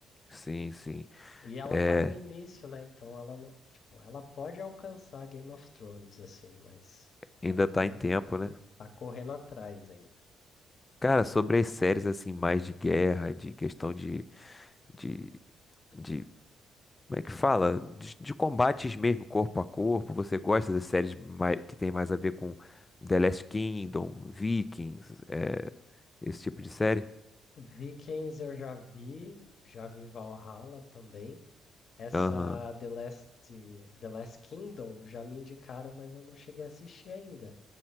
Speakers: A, on the left; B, on the left.
A: sim, sim.
B: E ela
A: É,
B: tá no início, né? Então ela não, tipo, ela pode alcançar Game of Thrones assim, mas
A: ainda
B: ainda
A: tá em tempo, né?
B: tá correndo atrás ainda.
A: Cara, sobre as séries assim, mais de guerra, de questão de, de, de Como é que fala? De, de combates mesmo, corpo a corpo. Você gosta das séries mai- que tem mais a ver com The Last Kingdom, Vikings, é, esse tipo de série?
B: Vikings eu já vi, já vi Valhalla também. Essa
A: Aham.
B: The Last, The Last Kingdom já me indicaram, mas eu não cheguei a assistir ainda.